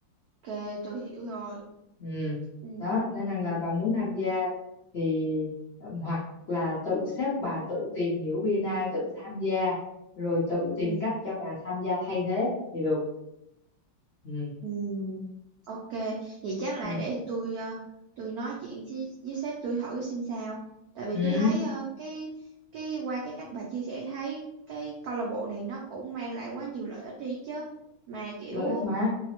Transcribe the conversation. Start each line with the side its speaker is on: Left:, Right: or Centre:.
Right: ok, tôi hiểu rồi.
Left: ừ.
Right: Ừ.
Left: đó nên rằng là bà muốn tham gia thì ừm, hoặc là tự xếp bà tự tìm hiểu BNI tự tham gia rồi tự tìm
Right: Ừ.
Left: cách cho bà tham gia thay thế thì được ừ.
Right: Ừ, ok, vậy chắc là
Left: Ừ.
Right: để tôi ờ, tôi nói chuyện với, với sếp tôi thử xem sao. Tại vì
Left: Ừ.
Right: tôi thấy ờ, cái cái qua cái cách bà chia sẻ thấy cái câu lạc bộ này nó cũng mang lại quá nhiều lợi ích đi chứ. Mà kiểu
Left: lợi ích mà